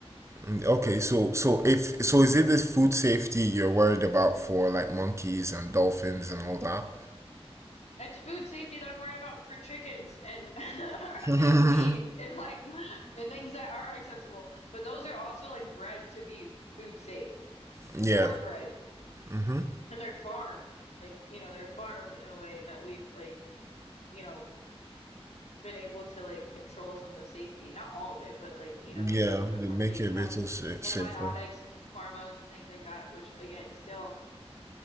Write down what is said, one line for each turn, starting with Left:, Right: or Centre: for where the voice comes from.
Right: Okay, so so if so is it this food safety you're worried about for like monkeys and dolphins and all that?
Left: It's food safety that I'm worried about for chickens and <laughs> and
Right: Mhm.
Left: beef and like and things that are acceptable. But those are also like bred to be food safe.
Right: <laughs> yeah.
Left: More bred.
Right: hmm
Left: And they're farmed. Like, you know, they're farmed in a way that we've like, you know, been able to like control some of the safety. Not all of it, but like, you know,
Right: Yeah,
Left: make it a little bit
Right: they
Left: more
Right: make
Left: like
Right: it
Left: have
Right: a little sa- safer.
Left: antibiotics and hormones and things like that, which again, still